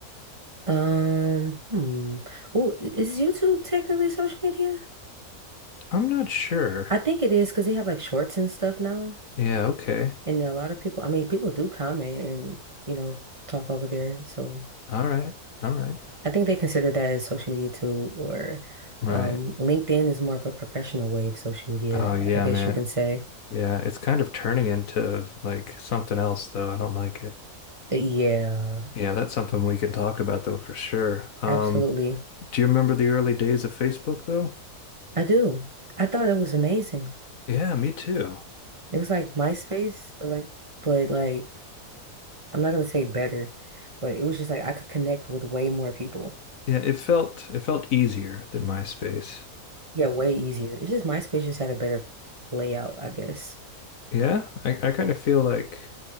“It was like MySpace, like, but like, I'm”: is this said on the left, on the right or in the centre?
Right